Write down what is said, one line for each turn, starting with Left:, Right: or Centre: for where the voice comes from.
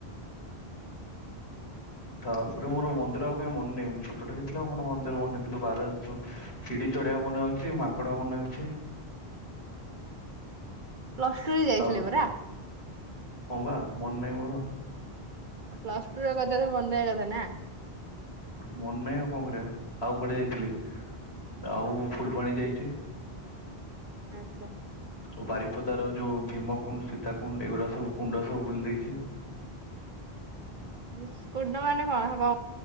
Left: ତାପରେ ମୋର ମନ୍ଦିର ଆଉ କାଇଁ ମନେଇ ଛୋଟ ଟେ ହେଇଥିଲି ଆଉ କଣ ମନ୍ଦିର ମନେ ରଖିବି କିନ୍ତୁ ବାର ଯୋଉ ସିଡି ଚଢେଆ ମନେ ଅଛି ମାଙ୍କଡ ମନେ ଅଛି।
Right: ପ୍ଲସ ଟୁ ରେ ଯାଇଥିଲେ
Left: ଆଉ କ
Right: ପରା।
Left: ହଁ ବା ମନ ନାହିଁ ମୋର।
Right: ପ୍ଲସ ଟୁ ର କଥା ତ ମନେ ରହିବା କଥା ନା।
Left: ମନେ ନାହିଁ ଆଉ କଣ କରିବା ଆଉ କୁଆଡେ ଯାଇଥିଲି ଆଉ ଫୁଲବାଣୀ ଯାଇଛି।
Right: ଆଚ୍ଛା
Left: ଉ ବାରିପଦାର ଯୋଉ ଭିମାକୁଣ୍ଡ ସୀତାକୁଣ୍ଡ ଏଗୁଡା ସବୁ କୁଣ୍ଡ ସବୁ ବୁଲି ଦେଇଛି।
Right: ଇସ୍ କୁଣ୍ଡ ମନେ କଣ